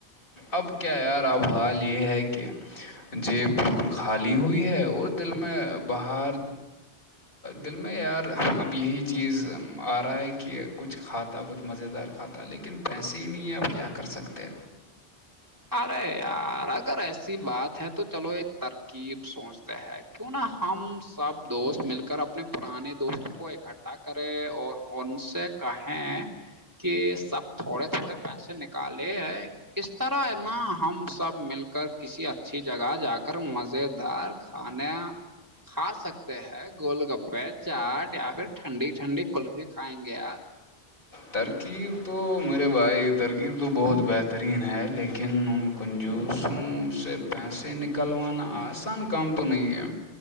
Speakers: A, on the left; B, on the right.
A: اب کیا یار اب حال یہ ہے کہ جیب بالکل خالی ہوئی ہے وہ دل میں باہر دل میں یار اب یہی چیز آ رہا ہے کہ کچھ کھاتا کچھ مزے دار کھاتا لیکن پیسے ہی نہیں ہیں آب کیا کر سکتے
B: ارے یار اگر ایسی بات ہے تو چلو ایک ترکیب سوچتے ہیں کیوں نہا ہم سب دوست مل کر اپنے پرانے دوستوں کو اکٹھا کرے اور ان سے کہیں کہ سب تھوڑے تھوڑے پیسے نکالے اس طرح ن ہم سب مل کر کسی اچھی جگہ جا کر مزیدار کھانا کھا سکتے ہیں گول گپے چاٹ یا پھر ٹھنڈی ٹھنڈی کلفی کھائیں گے یار <inaudible>
A: ترکیب تو میرے بھائی ترکیب تو بہت بہترین ہے لیکن ان کنجوسوں سے پیسے نکلوانا آسان کام تو نہیں ہے